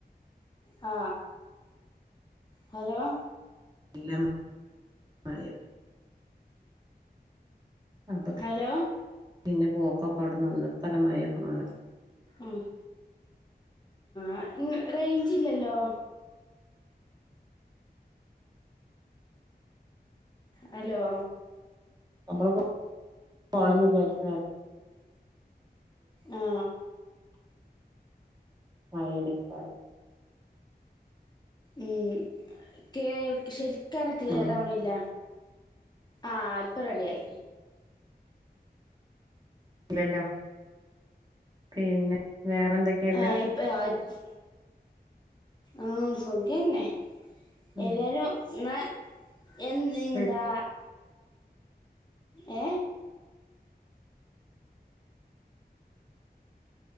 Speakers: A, on the left; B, on the right.
A: ആ ഹലോ
B: ഇല്ലം മഴയാ അപ്പൊ
A: ഹലോ
B: പിന്നെ പോ ഒക്കെ അവട്ന്ന് വന്ന് ഇപ്പതാ മഴ ഇപ്പം മഴ
A: ഉം ആ ആ ഇങ്ങ് റേഞ്ച് ഇല്ലല്ലോ ഹലോ
B: നമ്മള് ഇപ്പോപോണന്ന് വിചാരിച്ചതാ
A: ആ
B: മഴയാണേ ക്കാരം
A: ഉം ക്കേൾക് ശെരി ക്കാണേ ക്ലിയർ
B: ആഹ്
A: ആവണില്ല ആ ഇപ്പം റെഡിയായി
B: ഇല്ലല്ലോ പിന്നെ വേറെ എന്തൊക്കെയുണ്ട്
A: ആ ഇപ്പം ആ ഇപ്പ ആ സുഖെന്നെ
B: ഉം
A: ഏതായാലും ന്ന് എൻ എങ്ങ്
B: ശരി
A: ഇതാ ഏ